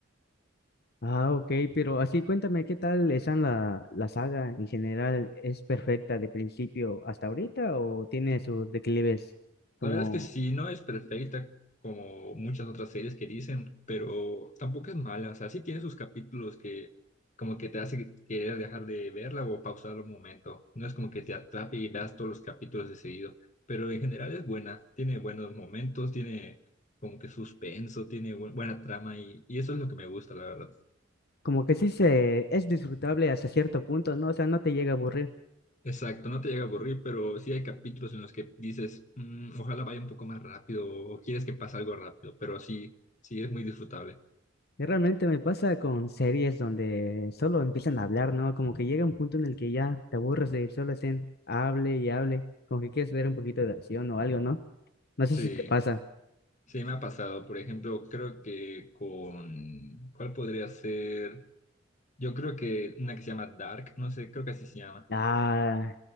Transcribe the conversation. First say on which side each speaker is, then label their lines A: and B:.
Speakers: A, on the left; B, on the left.
A: Ah, ok, pero así cuéntame qué tal está la, la saga en general. ¿Es perfecta de principio hasta ahorita o tiene sus declives como
B: La verdad es que sí, no es perfecta como muchas otras series que dicen, pero tampoco es mala. O sea, sí tiene sus capítulos que como que te hace querer dejar de verla o pausar un momento. No es como que te atrape y veas todos los capítulos de seguido, pero en general es buena. Tiene buenos momentos, tiene como que suspenso, tiene bu- buena trama y, y eso es lo que me gusta, la verdad.
A: como que sí se es disfrutable hasta cierto punto, ¿no? O sea, no te llega a aburrir.
B: Exacto, no te llega a aburrir, pero sí hay capítulos en los que dices, "Mm, ojalá vaya un poco más rápido o quieres que pase algo rápido, pero sí, sí es muy disfrutable.
A: Y realmente me pasa con series donde solo empiezan a hablar, ¿no? Como que llega un punto en el que ya te aburres de solo estén hable y hable, como que quieres ver un poquito de acción o algo, ¿no? No sé
B: Sí,
A: si te pasa.
B: sí me ha pasado. Por ejemplo, creo que con... ¿Cuál podría ser? Yo creo que una que se llama Dark, no sé, creo que así se llama.
A: Ah,